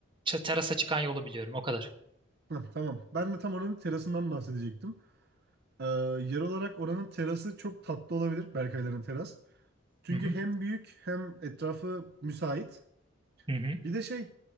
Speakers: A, on the right (about 25°); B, on the right (about 55°).
A: ç- terasa çıkan yolu biliyorum o kadar.
B: Ha, tamam. Ben de tam oranın terasından bahsedecektim. Ee, yer olarak oranın terası çok tatlı olabilir. Berkayların teras. Çünkü
A: Hı hı.
B: hem büyük hem etrafı müsait.
A: Hı hı.
B: Bir de şey,